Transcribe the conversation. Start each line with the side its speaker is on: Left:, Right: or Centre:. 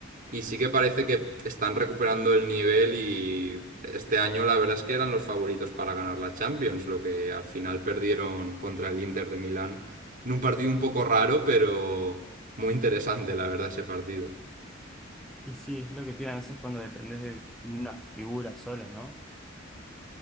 Right: y sí que parece que están recuperando el nivel y este año la verdad es que eran los favoritos para ganar la Champions, lo que al final perdieron contra el Inter de Milán en un partido un poco raro, pero muy interesante, la verdad, ese partido.
Centre: Y sí, es lo que tiene a veces cuando dependés de una figura sola, ¿no?